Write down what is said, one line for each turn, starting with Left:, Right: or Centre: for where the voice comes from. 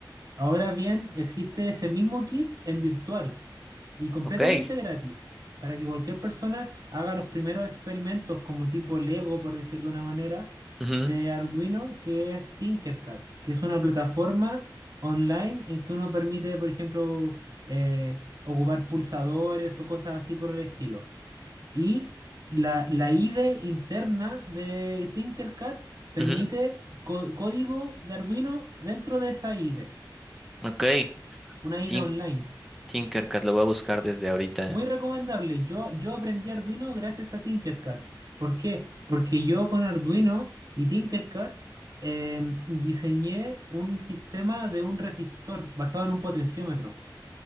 Right: Ahora bien, existe ese mismo kit en virtual y completamente
Centre: Ok.
Right: gratis para que cualquier persona haga los primeros experimentos como tipo Lego, por decir de una manera,
Centre: ujú,
Right: de Arduino, que es Tinkercad, que es una plataforma online en que uno permite, por ejemplo, eh, ocupar pulsadores o cosas así por el estilo. Y la, la IDE interna de Tinkercad permite
Centre: ujú,
Right: co- código de Arduino dentro de esa IDE.
Centre: Ok.
Right: Una
Centre: Tin-
Right: ida online.
Centre: Tinkercad, lo voy a buscar desde ahorita.
Right: Muy recomendable. Yo, yo aprendí Arduino gracias a Tinkercad. ¿Por qué? Porque yo con Arduino y Tinkercad em, diseñé un sistema de un resistor basado en un potenciómetro.